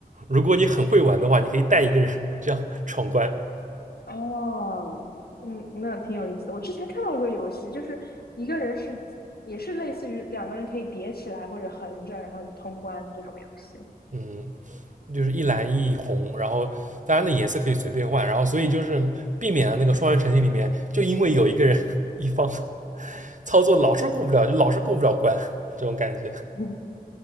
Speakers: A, on the right; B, on the left.
A: 如果你很会玩的话，你可以带一个人这样闯关。
B: 哦，嗯，那挺有意思的。我之前看到一个游戏，就是一个人是也是类似于两个人可以叠起来或者横着，然后通关这种游戏。
A: 嗯，就是一蓝一红，然后当然的颜色可以随便换，然后所以就是避免了那个双人成行里面，就因为有一个人 <laughs> 一方操作老是过不了，就老是过不了关 <laughs> 这种感觉。
B: <laughs> 嗯，